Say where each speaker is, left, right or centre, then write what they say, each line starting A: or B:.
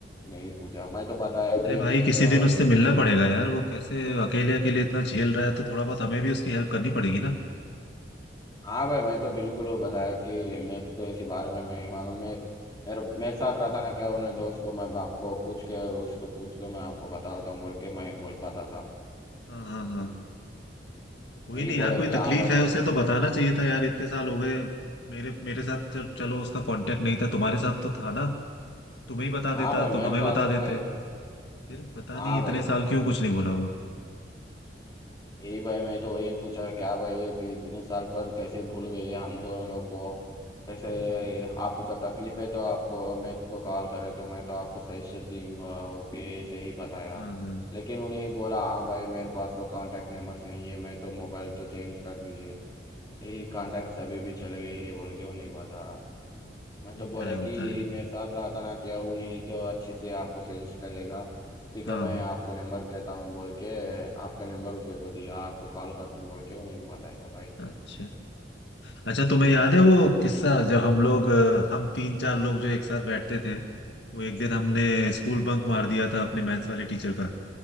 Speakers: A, on the left (about 20°); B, on the left (about 75°).
A: नहीं पूछा मैं तो बताया
B: अरे
A: कि
B: भाई
A: मेरे
B: किसी
A: तो
B: दिन उससे
A: ऐसे
B: मिलना पड़ेगा यार वो कैसे अकेले अकेले इतना झेल रहा है तो थोड़ा बहुत हमें भी उसकी हेल्प करनी पड़ेगी ना
A: हाँ भाई मैं तो बिल्कुल वो बताया कि मेरे को इसी बारे में मैं ही मालूम मेरे मेरे मेरे साथ रहता ना क्या उन्हें दोस्त को मैं आपको पूछ के उसको पूछ के मैं आपको बताता हूँ बोल के मैं बोल, बताता
B: हाँ हाँ हाँ कोई
A: यही
B: नहीं
A: बोला
B: यार कोई
A: कि
B: तकलीफ
A: हाँ भाई
B: है
A: सच
B: उसे तो बताना चाहिए था यार इतने साल हो गए मेरे मेरे साथ चल, चलो उसका कांटेक्ट नहीं था तुम्हारे साथ तो था ना तुम्हें ही बता
A: हाँ
B: देता
A: भाई मेरे
B: तुम हमें
A: साथ
B: बता
A: तो
B: देते
A: है
B: फिर पता
A: हाँ
B: नहीं
A: भाई
B: इतने साल क्यों कुछ नहीं बोला वो
A: यही भाई मैं तो वही पूछा क्या भाई तो इतने साल पर कैसे भूल गई है हम दोनों लोग को कैसे
B: हम्म।
A: आपको तकलीफ है तो आपको मेरे को कॉल करे तो मैं तो आपको सजेशन दूंगा और के सही बताया
B: हाँ हाँ
A: लेकिन उन्हें ही बोला हाँ भाई मेरे पास तो कांटेक्ट नंबर्स नहीं है मैं तो मोबाइल तो चेंज कर दी है यही कांटेक्ट सभी भी चल गई है बोल के उन्हें बताया मैं तो
B: होता
A: बोला
B: है
A: कि
B: होता
A: यही
B: है यार
A: मेरे साथ रहा था ना क्या वो नहीं तो अच्छे से आपको सजेस्ट करेगा ठीक
B: हाँ
A: है मैं आपको नंबर देता हूँ बोल के आपका नंबर उसे को दिया आपको कॉल कर तुम बोल के वो नहीं बताया भाई
B: अच्छा अच्छा तुम्हें याद है वो किस्सा जब हम लोग अ, हम तीन चार लोग जो एक साथ बैठते थे वो एक दिन हमने स्कूल बंक मार दिया था अपने मैथ्स वाले टीचर का